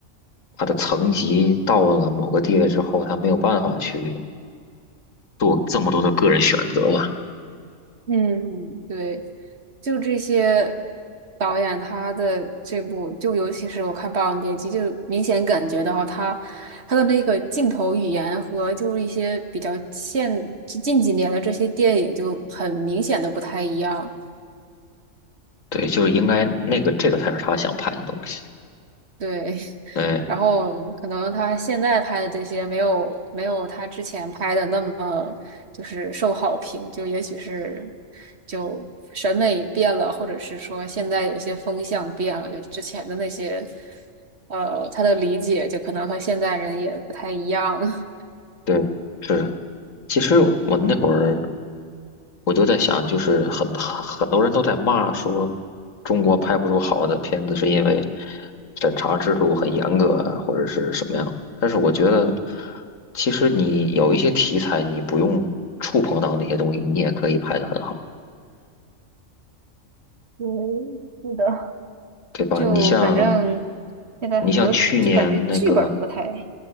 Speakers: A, on the left; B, on the right.
A: 他的层级到了某个地位之后，他没有办法去做这么多的个人选择吧。
B: 嗯，对，就这些导演他的这部，就尤其是我看《霸王别姬》，就明显感觉到他他的那个镜头语言和就是一些比较现近几年的这些电影就很明显的不太一样。
A: 对，就是应该那个这个才是他想拍的东西。
B: 对，
A: 对
B: 然后可能他现在拍的这些没有没有他之前拍的那么就是受好评，就也许是就审美变了，或者是说现在有一些风向变了，就之前的那些呃他的理解就可能和现在人也不太一样，<laughs>
A: 对是。其实我那会儿我就在想，就是很很多人都在骂说中国拍不出好的片子，是因为审查制度很严格啊，或者是什么样。但是我觉得，其实你有一些题材，你不用触碰到那些东西，你也可以拍得很好，
B: 对，是的，
A: 对吧？
B: 就反正
A: 你像
B: 现在很多就感觉剧本儿不太
A: 你像去年那个，